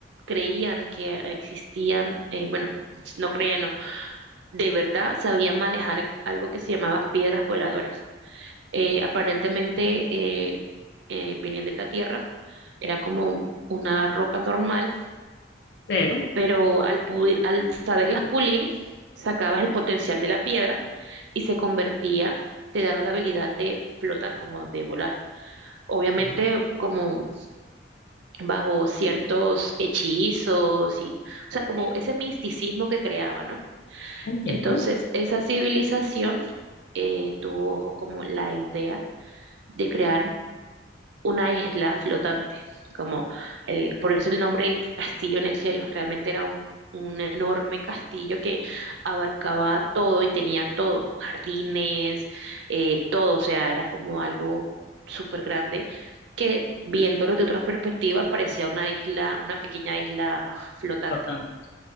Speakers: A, on the right; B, on the left.
A: creían que existían, eh, bueno, no creían, no, de verdad sabían manejar algo que se llamaba piedras voladoras. Eh, aparentemente eh, eh, venían de la Tierra, era como una roca normal
B: Pero,
A: pero al, pulir- al saberlas pulir, sacabas el potencial de la piedra y se convertía, te daba la habilidad de flotar, como de volar. Obviamente,
B: sí,
A: como bajo ciertos hechizos y, o sea, como ese misticismo que creaba, ¿no?
B: entiendo.
A: Entonces, esa civilización eh, tuvo como la idea de crear una isla flotante, como el, por eso el nombre del castillo en el cielo, realmente era un, un enorme castillo que abarcaba todo y tenía todo, jardines, eh, todo, o sea, era como algo súper grande que viéndolo de otra perspectiva parecía una isla, una pequeña isla flotante.
B: Lo tanto,